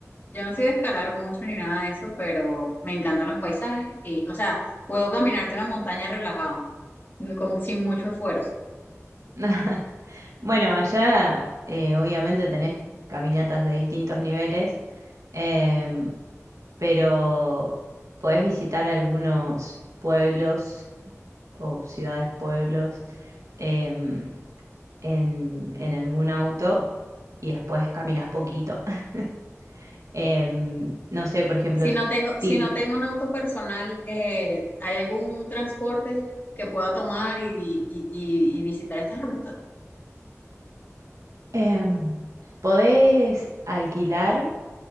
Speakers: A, on the left; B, on the right.
A: Yo no soy de escalar mucho ni nada de eso, pero me encantan los paisajes y, o sea, puedo caminarte una montaña relajado, no- con- sin mucho esfuerzo.
B: <laughs> Bueno, allá eh, obviamente tenés caminatas de distintos niveles, em, pero podés visitar algunos pueblos o ciudades, pueblos em, en, en algún auto y después caminas poquito. <laughs> Em, no sé, por ejemplo,
A: Si no tengo,
B: Til,
A: si no tengo un auto personal, eh, ¿hay algún transporte que pueda tomar y, y, y- y visitar esta ruta?
B: em, podés alquilar.